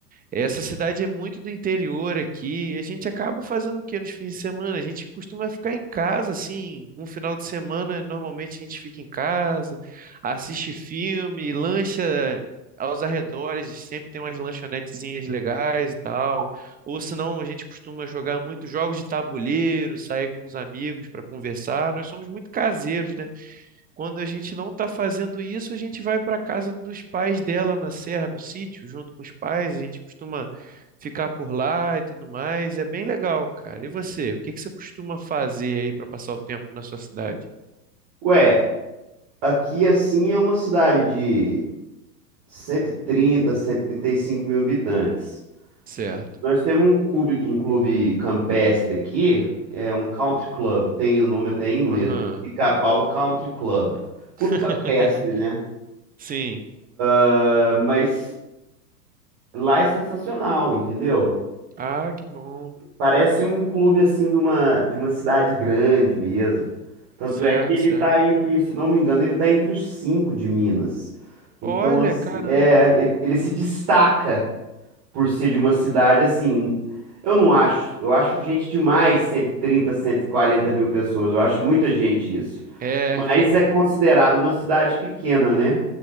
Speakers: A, on the right; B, on the right.
A: Essa cidade é muito do interior aqui. A gente acaba fazendo o quê nos fins de semana? A gente costuma ficar em casa, assim, um final de semana, normalmente a gente fica em casa, assiste filme, lancha aos arredores, sempre tem umas lanchonetezinhas legais e tal. Ou senão a gente costuma jogar muito jogos de tabuleiro, sair com os amigos para conversar. Nós somos muito caseiros, né? Quando a gente não está fazendo isso, a gente vai para a casa dos pais dela na serra, no sítio, junto com os pais. A gente costuma ficar por lá e tudo mais. É bem legal, cara. E você? O que que você costuma fazer aí para passar o tempo na sua cidade?
B: Ué, aqui assim é uma cidade de cento cento trinta, trinta e trinta e cinco mil habitantes.
A: Certo.
B: Nós temos um clube, um clube campestre aqui, é um country club, tem o nome até em inglês,
A: Aham.
B: né? Pica-pau Country Club. Clube
A: <laughs>
B: campestre, né?
A: Sim.
B: Ah, Mas lá é sensacional, entendeu?
A: Ah, que bom.
B: Parece um clube assim de uma, de uma cidade grande mesmo. Tanto
A: Certo,
B: é que ele
A: certo.
B: tá entre, se não me engano, ele tá entre os cinco de Minas. Então,
A: Olha,
B: assim,
A: caramba.
B: é, ele ele se destaca por ser de uma cidade assim. Eu não acho, eu acho gente demais, 130, 140 mil pessoas. Eu acho muita gente isso.
A: É,
B: Mas é considerado uma cidade pequena, né?